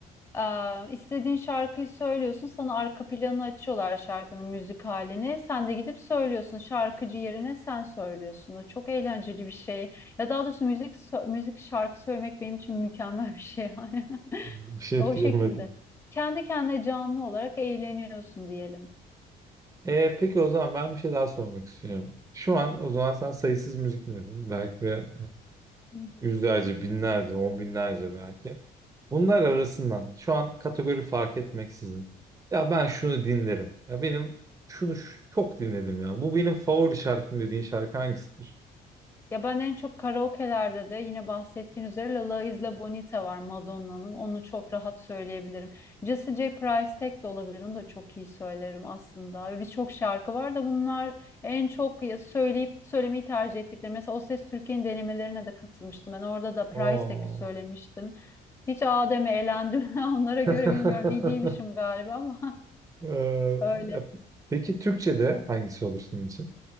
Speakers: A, on the left; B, on the right.
A: Ee, istediğin şarkıyı söylüyorsun sana arka planı açıyorlar şarkının müzik halini. Sen de gidip söylüyorsun şarkıcı yerine sen söylüyorsun. O çok eğlenceli bir şey. Ya daha doğrusu müzik sö- müzik şarkı söylemek benim için mükemmel bir şey. <laughs>
B: Bir şey
A: O
B: diyemedim.
A: şekilde. Kendi kendine canlı olarak eğleniyorsun diyelim.
B: E, peki o zaman ben bir şey daha sormak istiyorum. Şu an o zaman sen sayısız müzik dinledin. Belki de
A: Hı hı.
B: e, yüzlerce, binlerce, on binlerce belki. Bunlar arasından şu an kategori fark etmeksizin. Ya ben şunu dinlerim. Ya benim şunu ş- çok dinledim ya. Bu benim favori şarkım dediğin şarkı hangisidir?
A: Ya ben en çok karaoke'lerde de yine bahsettiğin üzere La La Isla Bonita var Madonna'nın. Onu çok rahat söyleyebilirim. Jesse J. Price tek de olabilir. Onu da çok iyi söylerim aslında. Ve Birçok şarkı var da bunlar en çok ya- söyleyip söylemeyi tercih ettikleri. Mesela O Ses Türkiye'nin denemelerine de katılmıştım. Ben orada da Price
B: Aa.
A: Tek'i söylemiştim. Hiç Adem'e eğlendim. <laughs> Onlara göre
B: <laughs>
A: bilmiyorum. iyi değilmişim galiba ama
B: Ee,
A: <laughs> öyle.
B: ya pe- peki Türkçe'de hangisi olur senin için?